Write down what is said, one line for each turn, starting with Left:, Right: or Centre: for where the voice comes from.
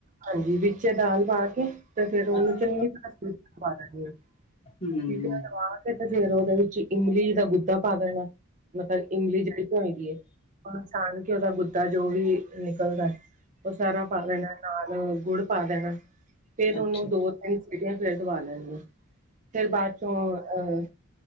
Right: ਹਾਂਜੀ, ਵਿੱਚ ਦਾਲ ਪਾ ਕੇ ਤੇ ਫੇਰ ਉਹਨੂੰ
Left: ਅੱਛਾ
Right: ਚੰਗੀ ਤਰ੍ਹਾਂ ਚਵਾ ਦੇਣੀ ਆ।
Left: ਹਮ
Right: ਸੀਟੀਆਂ ਦਵਾ ਕੇ ਤੇ ਫੇਰ ਉਹਦੇ ਵਿੱਚ ਇਮਲੀ ਦਾ ਗੁੱਦਾ ਪਾ ਦੇਣਾ। ਮਤਲਬ ਇਮਲੀ ਜਿਹੜ ਧੋਈ ਦੀ ਐ ਉਹਨੂੰ ਛਾਣ ਕੇ ਉਹਦਾ ਗੁੱਦਾ ਜੋ ਵੀ ਨਿਕਲਦਾ। ਓ ਸਾਰਾ ਪਾ ਦੇਣਾ ਨਾਲ ਗੁੜ ਪਾ ਦੇਣਾ ਫੇਰ
Left: ਅੱਛਾ
Right: ਉਹਨੂੰ
Left: ਅੱਛਾ
Right: ਦੋ ਸੀਟੀਆਂ ਫਿਰ ਦਵਾ ਲੈਣੀਆਂ ਫੇਰ ਬਾਅਦ ਚੋਂ ਅਹ